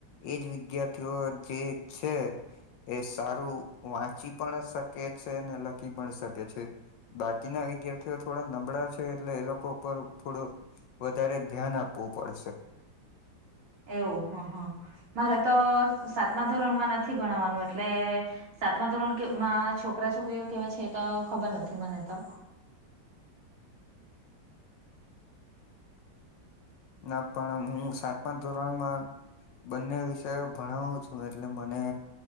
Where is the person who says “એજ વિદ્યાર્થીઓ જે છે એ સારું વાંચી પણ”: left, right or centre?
Left